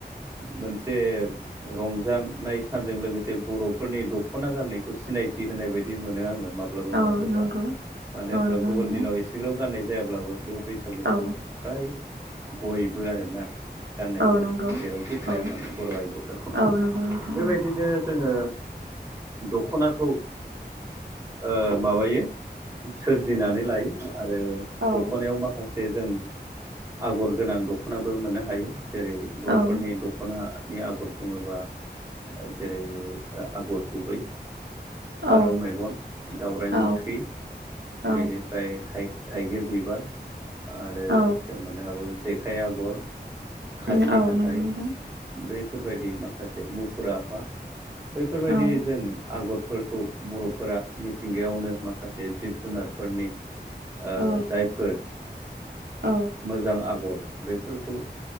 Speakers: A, on the right; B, on the right.
A: मोनसे रंजानाय सानजों लोगोसे बर'फोरनि दख'ना गाननायखौ सिनायथि होनाय बायदि मोनो आङो। माब्लाबा
B: औ
A: माब्लाबा
B: नंगौ
A: मानो
B: औ
A: होनबा
B: नंगौ
A: गुबुन
B: नोंथां
A: दिनाव एसेग्राब गाननाय जायाब्लाबो। बे बैसागु
B: औ
A: समङाव फ्राय बयबो आरोना गाननाय
B: औ
A: जायो।
B: नंगौ
A: जेरावखि थाया
B: औ
A: मानो बर' आइजोफोरा
B: औ नंगौ नोंथां
A: बेबायदिनो
B: औ
A: जोङो दख'नाखौ ओ माबायो सोरजिनानै लायो आरो
B: औ
A: दख'नायाव माखासे जों आगर गोनां दख'नाबो मोननो हायो जेरै बर'फोरनि
B: औ
A: दख'ना। नि आगर बुङोबा जेरै आगर गुबै।
B: औ
A: फारौ मेगन दावराइ
B: औ
A: मोख्रि।
B: औ
A: बेनिफ्राय थाइगिर बिबार आरो
B: औ
A: जों मोननो हाबावो। जेखाइ आगर
B: उम
A: जि
B: औ
A: हाथाय
B: नंगौ नोंथां
A: बैफोरबायदि माखासे मुफुर आफा बैफोरबायदि
B: औ
A: जों आगर फोरखौ बर'फोरा मिथिंगायावनो माखासे जिब जुनारफोरनि। ओ
B: औ
A: जायफोर।
B: औ
A: मोजां आगर बेफोरखौ